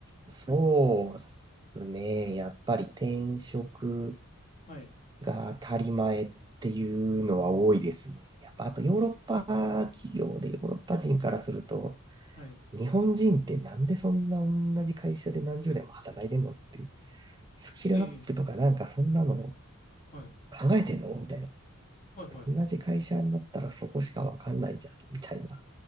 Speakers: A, on the right; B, on the left.
A: そうっすね。やっぱり転職
B: はい。
A: が当たり前っていうのは多いですね。やっぱあとヨーロッパ企業でヨーロッパ人からすると、
B: えー、はい。
A: 日本人ってなんでそんな同じ会社で何十年も働いてんのっていう、スキルアップとかなんかそんなの考
B: えー、はい。
A: えてんのみたいな。
B: はい、はい。
A: 同じ会社になったらそこしかわかんないじゃん、みたいな。